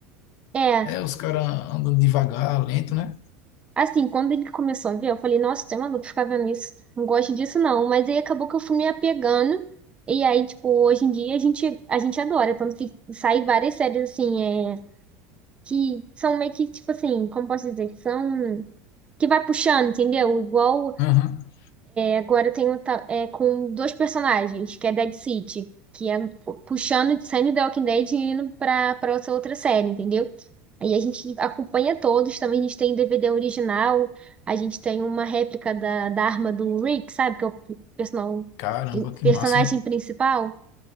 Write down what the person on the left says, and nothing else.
É, os caras andando devagar, lento, né?
Aham.
Caramba, que
massa.